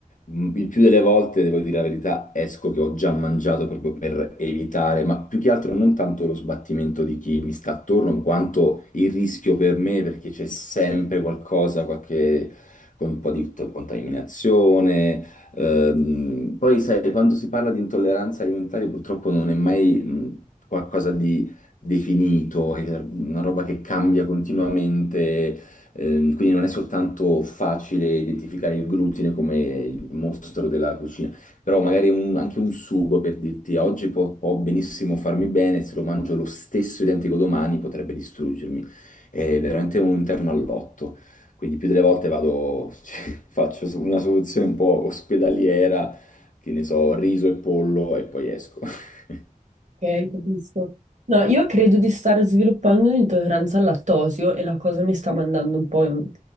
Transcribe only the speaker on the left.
Mm, Il più delle volte, devo dire la verità, esco che ho già mangiato proprio per evitare, ma più che altro non tanto lo sbattimento di chi mi sta attorno, quanto il rischio per me, perché c'è sempre qualcosa, qualche... con un po' di to- contaminazione Ehm, poi sai, quando si parla di intolleranza alimentare, purtroppo non è mai mh, qualcosa di definito, è una roba che cambia continuamente, ehm, quindi non è soltanto facile identificare il glutine come il mostro della cucina, però magari un- anche un sugo per dirti oggi può, può benissimo farmi bene, se lo mangio lo stesso identico domani potrebbe distruggermi. È veramente un interno all'otto. Quindi più delle volte vado, <laughs> cioè, faccio su- una soluzione un po' ospedaliera, che ne so, riso e pollo e poi esco. <laughs>